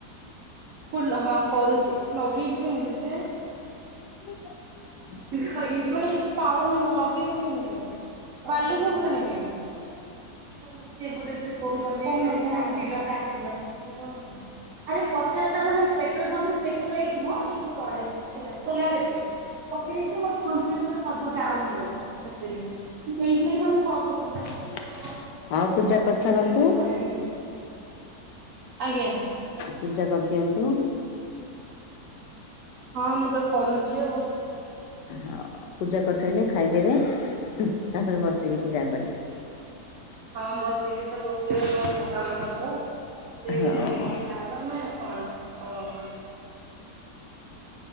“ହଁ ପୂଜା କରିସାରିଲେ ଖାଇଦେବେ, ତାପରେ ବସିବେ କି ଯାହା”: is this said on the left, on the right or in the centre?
Left